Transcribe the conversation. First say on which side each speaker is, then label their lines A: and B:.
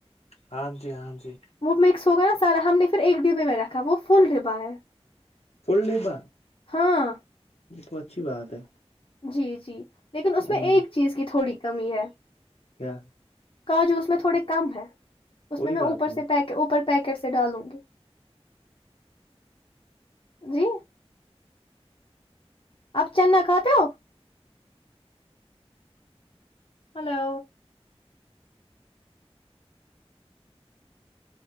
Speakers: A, on the left (about 75°); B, on the left (about 55°).
A: ہاں جی ہاں جی
B: وہ مکس ہو گیا نا سارا ہم نے پھر ایک ڈبے میں رکھا وہ فل ڈبا ہے
A: فل ڈبا
B: ہاں
A: یہ تو اچھی بات ہے
B: جی جی لیکن اس
A: ہاں
B: میں ایک
A: جی
B: چیز کی تھوڑی کمی ہے
A: کیا
B: کاجو اس میں تھوڑے کم ہے اس
A: کوئی
B: میں میں اوپر
A: بات نہیں
B: سے پیک اوپر پیکٹ سے ڈالوں گی جی آپ چنا کھاتے ہو ہلو